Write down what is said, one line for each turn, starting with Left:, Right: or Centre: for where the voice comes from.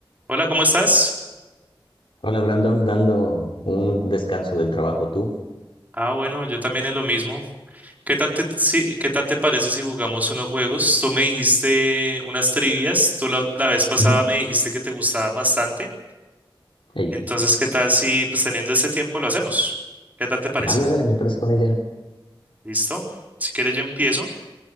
Right: Hola, ¿cómo estás?
Left: Hola Brandon, dando un descanso del trabajo tú.
Right: Ah, bueno, yo también es lo mismo. ¿Qué tal te, si- qué tal te parece si jugamos unos juegos? Tú me dijiste unas trivias, tú la, la vez pasada
Left: Ujú.
Right: me dijiste que te gustaba bastante.
Left: Ey,
Right: Entonces, ¿qué tal si pues teniendo este tiempo lo hacemos? ¿Qué tal te parece?
Left: Vale, dale, me parece buena idea.
Right: ¿Listo? Si quieres yo empiezo.